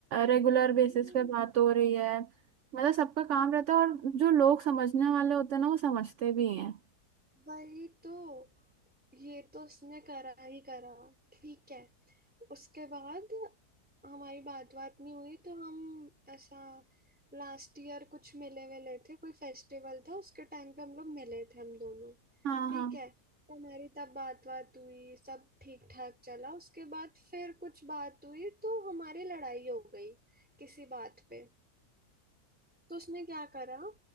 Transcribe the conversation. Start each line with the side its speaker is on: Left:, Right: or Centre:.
Right: रेगुलर बेसिस
Centre: हम्म,
Right: पे बात हो रही है मतलब सबका काम रहता है और जो लोग समझने वाले होते हैं ना वो समझते भी हैं
Centre: वही तो ये तो उसने करा ही करा ठीक है उसके बाद हमारी बात बात नहीं हुई तो हम ऐसा लास्ट ईयर कुछ मिले विले थे कोई फेस्टिवल था उसके टाइम पे हम लोग मिले थे हम दोनों
Right: हाँ
Centre: ठीक
Right: हाँ
Centre: है तो हमारी तब बात बात हुई सब ठीक ठाक चला उसके बाद फिर कुछ बात हुई तो हमारी लड़ाई हो गई किसी बात पे तो उसने क्या करा